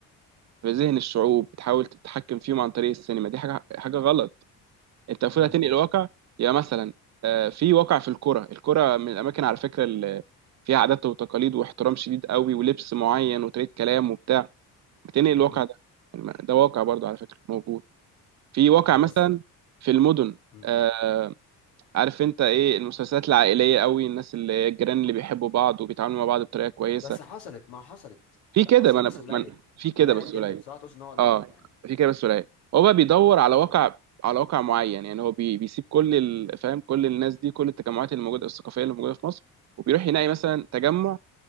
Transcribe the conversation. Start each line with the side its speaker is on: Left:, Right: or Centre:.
Right: في ذهن الشعوب بتحاول تتحكم فيهم عن طريق السينما دي حاجه حاجه غلط انت المفروض
Left: امم
Right: هتنقل الواقع يبقى مثلا آه، في واقع في الكره الكره من الاماكن على فكره اللي فيها عادات وتقاليد واحترام شديد قوي ولبس معين وطريقه كلام وبتاع بتنقل الواقع
Left: امم
Right: ده يعني ده واقع برضه على فكره موجود في واقع
Left: ما
Right: مثلا
Left: بس
Right: في المدن
Left: امم
Right: آه، عارف انت ايه المسلسلات العائليه قوي الناس اللي الجيران اللي بيحبوا بعض وبيتعاملوا مع بعض بطريقه كويسه
Left: بس حصلت ما حصلت
Right: في كده
Left: حصل
Right: ما انا
Left: بس قليل
Right: ما أنا- في كده
Left: قليل
Right: بس
Left: جدا
Right: قليل
Left: صح تقصد ان هو قليل
Right: اه
Left: يعني
Right: في كده بس قليل هو بقى بيدور على واقع
Left: امم
Right: على واقع معين يعني هو بي بيسيب كل ال- فاهم كل الناس دي كل التجمعات اللي موجوده الثقافيه اللي موجوده في مصر وبيروح يلاقي مثلا تجمع